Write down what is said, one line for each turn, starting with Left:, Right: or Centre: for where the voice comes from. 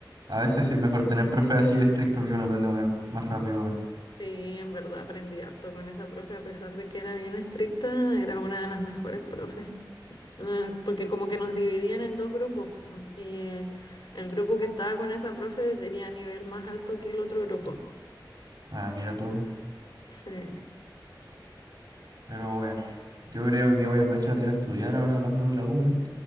Right: A veces sí es mejor tener profes así estricto porque uno aprende ma- más rápido, weón.
Left: Sí, en verdad aprendí harto con esa profe, a pesar de que era bien estricta, era una de las mejores profes. Eh, Porque como que nos dividían en dos grupos mm, y eh, el grupo que estaba con esa profe tenía nivel más alto que el otro grupo.
Right: Ah, mira tú.
Left: Sí.
Right: Pero bueno. Yo creo que voy a aprovechar de ir a estudiar ahora hablando de la U, weón.